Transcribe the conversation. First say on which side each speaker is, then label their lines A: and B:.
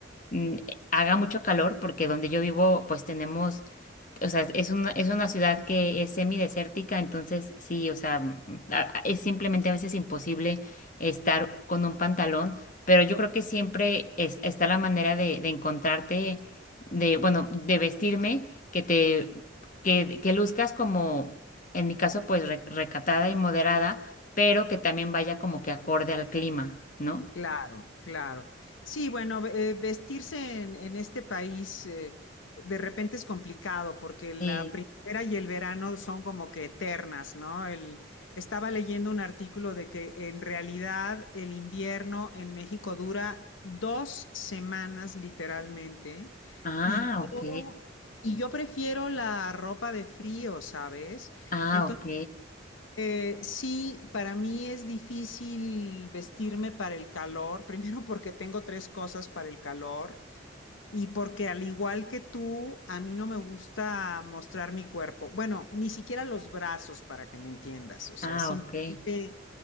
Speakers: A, on the left; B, on the left.
A: mm, haga mucho calor, porque donde yo vivo, pues tenemos o sea, es una, es una ciudad que es semidesértica, entonces sí, o sea, mm, a- a- es simplemente a veces imposible estar con un pantalón, pero yo creo que siempre es- está la manera de, de encontrarte, de, bueno, de vestirme, que te, que, que luzcas como, en mi caso, pues re- recatada y moderada, pero que también vaya como que acorde al clima, ¿no?
B: Claro, claro. Sí, bueno, ve- eh, vestirse en, en este país eh, de repente es complicado porque la
A: Sí.
B: primavera y el verano son como que eternas, ¿no? El, estaba leyendo un artículo de que en realidad el invierno en México dura dos semanas literalmente
A: Ah,
B: y
A: ok.
B: yo, y yo prefiero la ropa de frío, ¿sabes?
A: Ah,
B: Entonces.
A: ok.
B: Eh, sí, para mí es difícil vestirme para el calor, <laughs> primero porque tengo tres cosas para el calor y porque al igual que tú, a mí no me gusta mostrar mi cuerpo. Bueno, ni siquiera los brazos para que me entiendas, o sea,
A: Ah,
B: simplemente
A: ok.